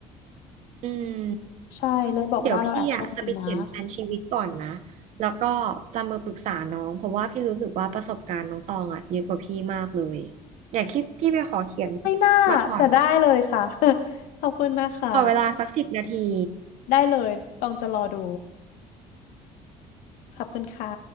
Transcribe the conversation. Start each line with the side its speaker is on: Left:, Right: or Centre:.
Right: อืม
Left: ใช่เลยบอกว่าเราแอบโชคดีนะ
Right: เดี๋ยวพี่อ่ะจะไปเขียนแผนชีวิตก่อนนะ แล้วก็จะมาปรึกษาน้อง เพราะว่าพี่รู้สึกว่าประสบการณ์น้องตองอ่ะเยอะกว่าพี่มากเลย อยากคิดพี่ไปขอเขียน
Left: <laughs> ไม่น่าแต่ได้เลยค่ะ
Right: มาก่อน
Left: <laughs> ขอบคุณนะคะ
Right: ขอเวลาสักสิบนาที
Left: ได้เลยต้องจะรอดูขอบคุณค่ะ